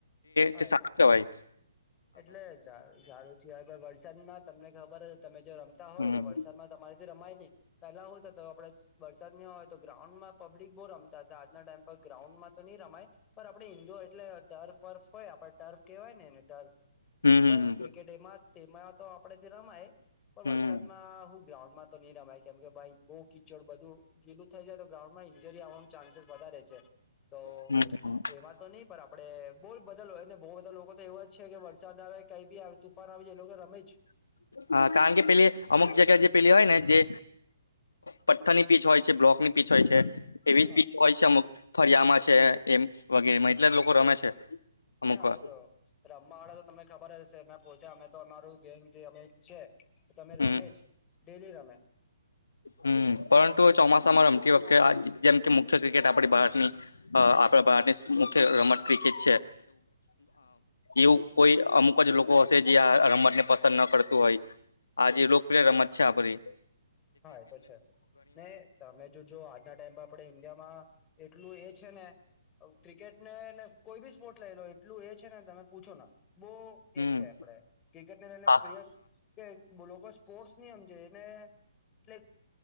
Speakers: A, on the left (about 20°); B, on the left (about 85°).
A: હા
B: તે સારું
A: એ
B: કેવાય.
A: એટલે ઝા સારુજ કેવાય વરસાદમાં તમને ખબર હ તમે જો રમતા હોય
B: હમ
A: તો વરસાદમાં તમારી રમાય ની પેલા હોતા આપડે વરસાદ ની હોય તો ગ્રાઉન્ડ માં પબ્લિક બો રમતા આજના ટાઈમ પર ગ્રાઉન્ડ માં તો નહી રમાય પણ આપડે ઈન્ડોર એટલે ટર્ફ વર્ફ હોય આપડે ટર્ફ કેવાય ને એને ટર્ફ.
B: હમ હમ
A: બોક્સ
B: હમ
A: ક્રિકેટ એમાં તેમાં તો આપડે થી રમાય પણ
B: હમ
A: વરસાદમાં હું. ગ્રાઉન્ડમાં તો નહી રમાય કેમ કે ભાઈ બહુ કિચડ બધું. ગીલું થઈ જાય તો ગ્રાઉન્ડમાં ઈન્જરી આવવાનું ચાન્સેસ વધારે છે, તો
B: હમ
A: એમાં તો નહી પર આપડે બોલ બધા હોય ને બો બધા લોકો તો એવા જ છે કે વરસાદ આવે કઈ બી આવે તુફાન આવી જાય એ લોકો રમે જ
B: હા કારણ કે પેલી અમુક જગ્યા જે પેલી હોય ને જે પથ્થર ની પીચ હોય છે, બ્લોક ની પીચ હોય છે. એવી
A: હા
B: પીચ હોય છે, અમુક ફરિયામાં છે એમ વગેરેમાં એટલે જ લોકો રમે છે. અમુક
A: હા
B: વાર
A: એ તો રમવા વાડે તો તમને ખબર હશે મે પોતે અમે તો અમારું ગેંગ જે અમે છે. તમે
B: હમ
A: રમે જ ડેલી રમે
B: હમ્મ પરંતુ ચોમાસામાં રમતી વખતે આ જેમ કે મુખ્ય ક્રિકેટ આપડી ભારતની અ આપણા ભારતની મુખ્ય રમત ક્રિકેટ છે. એવું કોઈ અમુક જ લોકો હશે જે આ રમતને પસંદ ન કરતું હોય. આજે લોકપ્રિય રમત છે આપરી
A: હા એ તો છે ને તમે જોજો આજના ટાઈમ આપડે ઈન્ડિયામાં એટલું એ છે ને ક્રિકેટને ને કોઈ બી સ્પોર્ટ લઈ લો એટલું એ છે ને તમે પૂછો ન બો
B: હમ
A: એ છે આપણેે ક્રિકેટ ને લઈને
B: હા
A: પ્રિય કે લોકો સ્પોર્ટસ ની હમજે એને <inaudible>